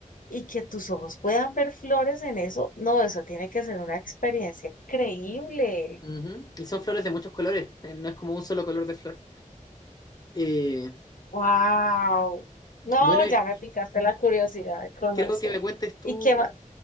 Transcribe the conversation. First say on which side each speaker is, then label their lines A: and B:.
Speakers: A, on the left (about 80°); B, on the left (about 30°).
A: y que tus ojos puedan ver flores en eso? No, eso tiene que ser una experiencia increíble.
B: Ujú. Y son flores de muchos colores, eh, no es como un solo color de flor. Eh,
A: Wow. No,
B: bueno, eh,
A: ya me picaste la curiosidad de conocer.
B: creo que me cuentes tú,
A: ¿Y qué más,